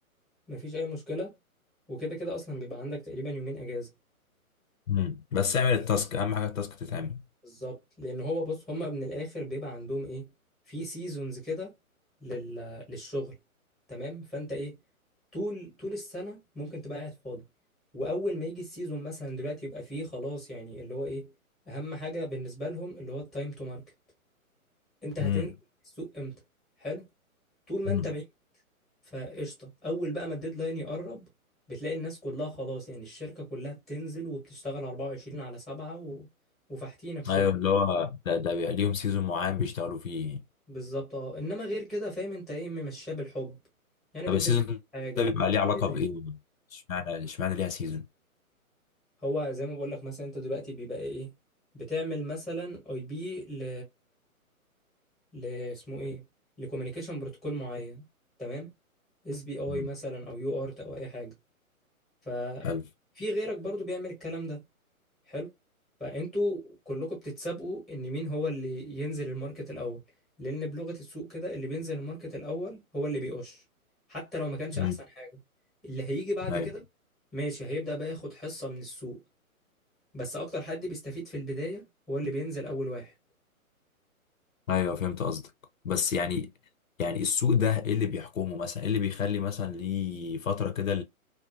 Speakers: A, in the centre; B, on the left.
A: مفيش اي مشكله وكده كده اصلا بيبقى عندك تقريبا يومين اجازه
B: امم بس اعمل التاسك اهم حاجة التاسك تتعمل
A: بالظبط لان هو بص هما من الاخر بيبقى عندهم ايه في سيزونز كده لل... للشغل تمام فانت ايه طول طول السنه ممكن تبقى قاعد فاضي واول ما يجي السيزون مثلا دلوقتي يبقى فيه خلاص يعني اللي هو ايه اهم حاجه بالنسبه لهم اللي هو التايم تو ماركت انت هتنزل
B: امم
A: السوق امتى حلو طول ما
B: امم
A: انت بعيد فقشطه اول بقى ما الديدلاين يقرب بتلاقي الناس كلها خلاص يعني الشركه كلها بتنزل وبتشتغل 24 على 7 و... وفاحتينك شغل
B: ايوه اللي هو ده ده بيبقى ليهم سيزون معين بيشتغلوا فيه
A: بالظبط اه انما غير كده فاهم انت ايه ممشاه بالحب يعني
B: طب
A: بتدفع
B: السيزون
A: حاجه
B: ده بيبقى ليه علاقة
A: كده
B: بايه
A: يعني.
B: اشمعنى اشمعنى ليها سيزون
A: هو زي ما بقول لك مثلا انت دلوقتي بيبقى ايه بتعمل مثلا اي بي ل ل اسمه ايه لكوميونيكيشن بروتوكول معين تمام اس بي اي
B: امم
A: مثلا او يو ارت او اي حاجه ففي
B: حلو
A: غيرك برضو بيعمل الكلام ده حلو فانتوا كلكم بتتسابقوا ان مين هو اللي ينزل الماركت الاول لان بلغة السوق كده اللي بينزل الماركت الاول هو اللي بيقش حتى لو ما كانش
B: امم
A: احسن حاجة اللي هيجي بعد
B: ايوه
A: كده ماشي هيبدأ بقى ياخد حصة من السوق بس اكتر حد بيستفيد في البداية هو اللي بينزل اول واحد
B: ايوه فهمت قصدك بس يعني يعني السوق ده ايه اللي بيحكمه مثلا ايه اللي بيخلي مثلا ليه فتره كده